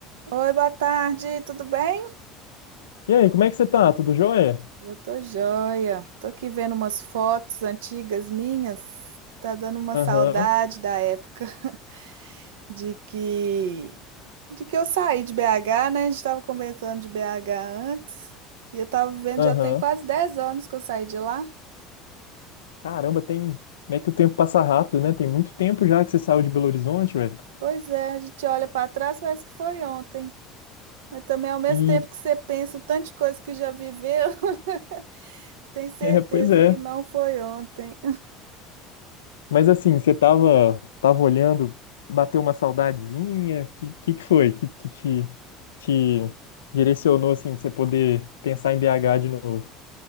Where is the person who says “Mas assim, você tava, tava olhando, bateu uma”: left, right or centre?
Left